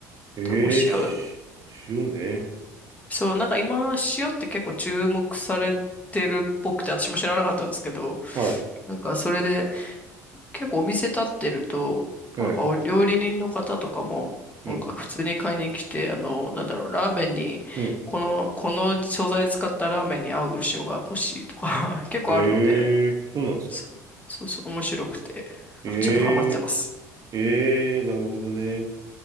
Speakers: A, on the right (about 40°); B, on the left (about 15°).
A: ええし、
B: お塩、
A: 塩ね。
B: そう、なんか今、塩って結構注目されてるっぽくて、私も知らなかったんですけど、
A: はい、
B: なんかそれで、結構お店立ってると、
A: はい。
B: なんかお料理人の方とかも、
A: うん、
B: なんか普通に買いに来て、あの、なんだろう、ラーメンに、
A: うん。
B: この、この素材使ったラーメンに合う塩が欲しいとか <laughs> 結構あるので、
A: ええそうなんですか。
B: そ、そうそう、面白くて、
A: え
B: なんかちょっとハマってます。
A: えええなるほどね。